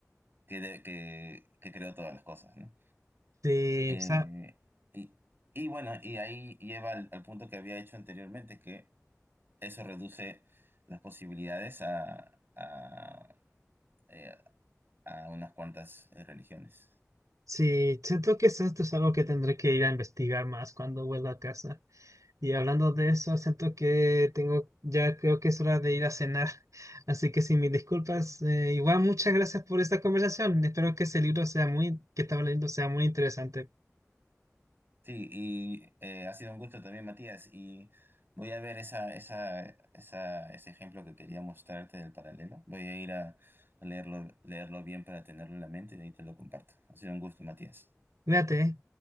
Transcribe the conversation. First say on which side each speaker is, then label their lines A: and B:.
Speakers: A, on the right; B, on the right.
A: que, de- que, que creó todas las cosas, ¿no?
B: Sí,
A: Eh,
B: o sea,
A: y, y bueno, y ahí lleva al al punto que había hecho anteriormente, que eso reduce las posibilidades a, a, eh, a unas cuantas eh, religiones.
B: sí, siento que esto es algo que tendré que ir a investigar más cuando vuelva a casa. Y hablando de eso, siento que tengo, ya creo que es hora de ir a cenar. <laughs> Así que sin mis disculpas, eh, igual muchas gracias por esta conversación. Espero que ese libro sea muy, que estaba leyendo sea muy interesante.
A: Sí, y eh, ha sido un gusto también, Matías, y voy a ver esa, esa, esa, ese ejemplo que quería mostrarte del paralelo. Voy a ir a leerlo, leerlo bien para tenerlo en la mente y de ahí te lo comparto. Ha sido un gusto, Matías.
B: Cuídate, ¿eh?